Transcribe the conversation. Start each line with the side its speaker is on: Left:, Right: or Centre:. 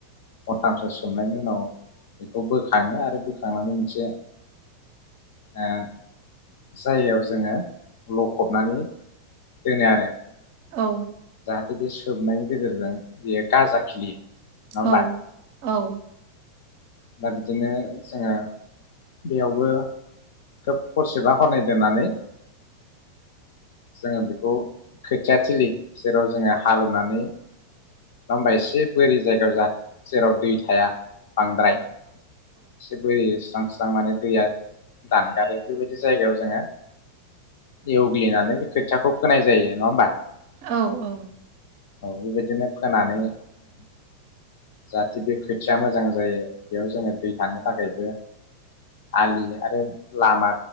Left: हरथामसो सोमनायनि उनाव बेखौ बोखाङो आरो बोखांनानै मोनसे ओ जायगायाव जोङो लखबनानै दोनो आरो।
Right: औ
Left: बे बे सोबनायनि गेजेरजों बेयो गाजा खिलियो। नङा होमबा
Right: औ औ
Left: दा बिदिनो जोङो बेयावबो खोब हरसेबा हरनै दोननानै जोङो बेखौ खोथियाथिलि जेराव जोङो हालेवनानै नङा होमबा एसे बोरि जायगायाव जा जेराव दै थाया। बांद्राय एसे बोरै स्रां स्रां माने दैया दानगारो बेबायदि जायगायाव जोङो एवग्लिनानै बे खोथियाखौ फोनाय जायो नङा होमबा?
Right: औ औ
Left: औ बे बायदिनो। फोनानै जाहाथे बे खोथिया मोजां जायो बेयाव जोङो दै थानो थाखायबो आलि आरो लामा